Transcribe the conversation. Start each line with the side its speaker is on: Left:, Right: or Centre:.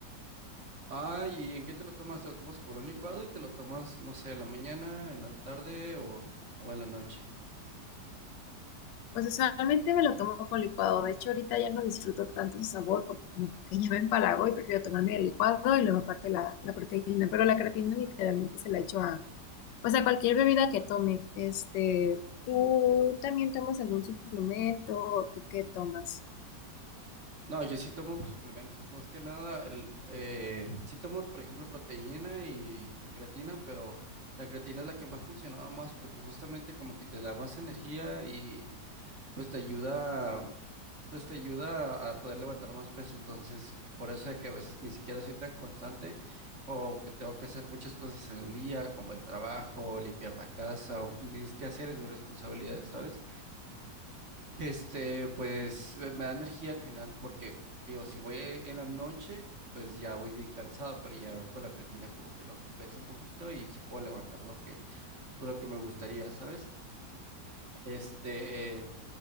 Right: Ah, ¿y en qué te lo tomas? ¿Te lo tomas como en un licuado y te lo tomas, no sé, en la mañana, en la tarde o, o en la noche?
Left: Pues usualmente me lo tomo con licuado, de hecho ahorita ya no disfruto tanto su sabor porque como que ya me empalago y prefiero tomarme el licuado y luego aparte la, la proteína, pero la creatina literalmente se la echo a O sea, cualquier bebida que tome. Este, ¿tú también tomas algún suplemento? ¿Tú qué tomas?
Right: No, yo sí tomo pues, suplementos, más que nada, el, eh, sí tomo, por ejemplo, proteína y, y creatina, pero la creatina es la que me ha funcionado más porque justamente como que te da más energía y pues te ayuda, pues te ayuda a poder levantar más peso, entonces por eso de que a veces ni siquiera soy tan constante o que tengo que hacer muchas cosas en el día, como el trabajo, limpiar la casa, o mis quehaceres, mis responsabilidades, ¿sabes? Este, pues eh, me da energía al final, porque digo, si voy en la noche, pues ya voy bien cansado, pero ya con la creatina como que lo compensa un poquito y sí puedo levantar lo que, por lo que me gustaría, ¿sabes? Este,